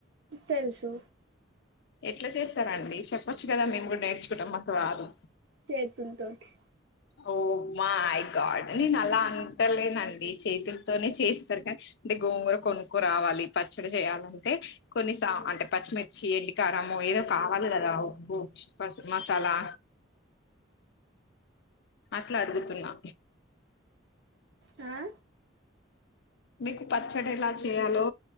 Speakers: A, on the right; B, on the left.
A: తెలుసు
B: ఎట్లా చేస్తరండి చెప్పొచ్చు కదా మేము కూడా నేర్చుకుంటాం మాకు రాదు
A: చేతుల్తోటి
B: ఓ మై గాడ్ నేను అలా అంటలేనండి చేతులతోనే చేస్తరు కానీ అంటే గోంగూర కొనుక్కు రావాలి పచ్చడి చేయాలంటే కొన్నిస అంటే పచ్చిమిర్చి ఎండికారంము ఏదో కావాలి కదా ఉప్పు పస్ మసాలా అట్లడుగుతున్నా
A: ఆ
B: మీకు పచ్చడి ఎలా చేయాలో